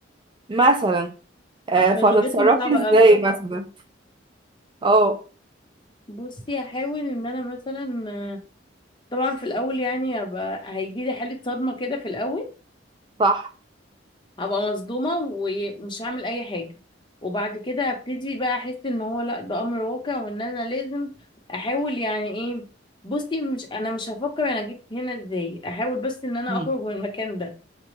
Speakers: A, on the right; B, on the left.
A: مثلا آه،
B: عشان
A: فهتتصرفي
B: لغتهم صعبه
A: ازاي
B: قوي
A: مثلا اه
B: بصي هحاول ان انا مثلا آه، طبعا في الاول يعني هبقى هيجي لي حاله صدمه كده في الاول
A: صح
B: هبقى مصدومة ومش هعمل اي حاجة وبعد كده هبتدي بقى احس ان هو لا ده امر واقع وان انا لازم احاول يعني ايه بصي مش انا مش هفكر انا جيت هنا ازاي احاول بس ان انا
A: مم.
B: اخرج من المكان ده